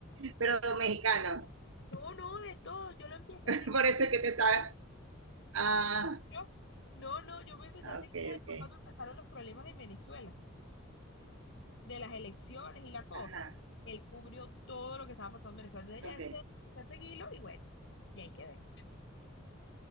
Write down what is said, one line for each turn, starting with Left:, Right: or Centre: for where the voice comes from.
Right: Pero mexicano,
Left: no, no, de todo. Yo lo empecé
Right: <laughs>
Left: a seguir.
Right: por eso es que te sabes. Ah,
Left: yo- no, no, yo me empecé
Right: ok,
Left: a seguir a él
Right: ok.
Left: fue cuando empezaron los problemas en Venezuela, de las elecciones y la cosa.
Right: Ajá,
Left: Él cubrió todo lo que estaba pasando en Venezuela. Entonces ya
Right: ok.
Left: después empecé a seguirlo y bueno, y ahí quedé.